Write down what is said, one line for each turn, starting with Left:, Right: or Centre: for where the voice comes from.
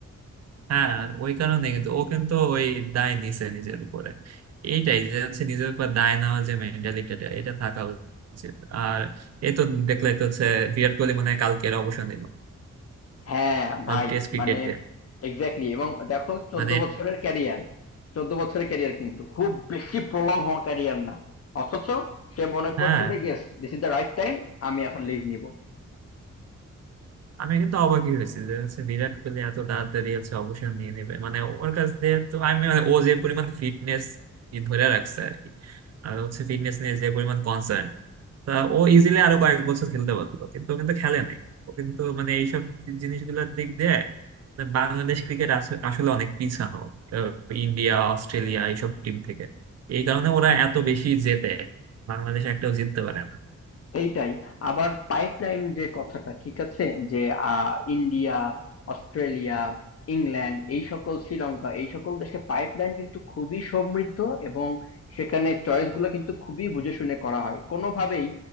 Right: হ্যাঁ ওই কারণে কিন্তু ও কিন্তু ওই দায় নিছে নিজের উপরে এইটাই যে হচ্ছে নিজের উপর দায় নেওয়া যে মেন্টালিটিটা এটা থাকা উচিত আর এই তো দেখলে তো হচ্ছে বিরাট কোহলি মনে হয় কালকের অবসর নিল
Left: হ্যাঁ ভাই
Right: টেস্ট ক্রিকেট
Left: মানে
Right: দিয়ে
Left: এক্স্যাক্টলি এবং দেখো চোদ্দ
Right: মানে
Left: বছরের ক্যারিয়ার চোদ্দ বছরের ক্যারিয়ার কিন্তু খুব বেশি প্রলং হওয়া ক্যারিয়ার না অথচ সে মনে
Right: হ্যাঁ
Left: করছে যে yes this is the right time আমি এখন লিভ নিব
Right: আমি কিন্তু অবাকই হয়েছি যে হচ্ছে বিরাট কোহলি এত তাড়াতাড়ি হচ্ছে অবসর নিয়ে নেবে মানে ওর কাছ দিয়ে তো আমি মানে ও যে পরিমাণ ফিটনেস ধরে রাখছে আর কি আর হচ্ছে ফিটনেস নিয়ে যে পরিমাণ কনসার্ন তা ও ইজিলি আরো কয়েক বছর খেলতে পারতো কিন্তু ও কিন্তু খেলে নাই ও কিন্তু মানে এইসব জি- জিনিসগুলোর দিক দিয়ে মানে বাংলাদেশ ক্রিকেট আসলে অনেক পিছানো আহ, ইন্ডিয়া অস্ট্রেলিয়া এইসব টিম থেকে এই কারণে ওরা এত বেশি জেতে বাংলাদেশ একটাও জিততে পারে না।
Left: এইটাই। আবার পাইপলাইন যে কথাটা ঠিক আছে? যে আ ইন্ডিয়া, অস্ট্রেলিয়া, ইংল্যান্ড এই সকল শ্রীলঙ্কা এই সকল দেশে পাইপলাইন কিন্তু খুবই সমৃদ্ধ এবং সেখানে চয়েস গুলা কিন্তু খুবই বুঝে শুনে করা হয়। কোনোভাবেই